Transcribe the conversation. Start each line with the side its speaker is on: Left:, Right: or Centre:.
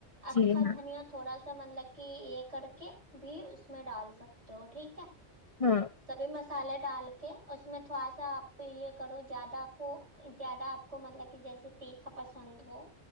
Right: اکھا
Left: جی ہاں
Right: دھنیہ تھوڑا سا مطلب کہ یہ کر کے بھی اس میں ڈال سکتے ہو ٹھیک ہے
Left: ہم
Right: سبھی مسالے ڈال کے اس میں تھوڑا سا اپ یہ کرو زیادہ کو زیادہ اپ کو مطلب کہ جیسے تیکھا پسند ہو